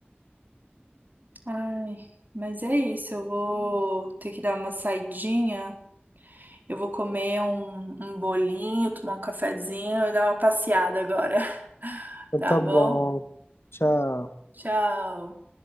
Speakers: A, on the right; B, on the left.
A: Ai, mas é isso, eu vou ter que dar uma saidinha, eu vou comer um, um bolinho, tomar um cafezinho e dar uma passeada agora, <laughs>
B: Então
A: tá
B: tá
A: bom?
B: bom. Tchau.
A: Tchau!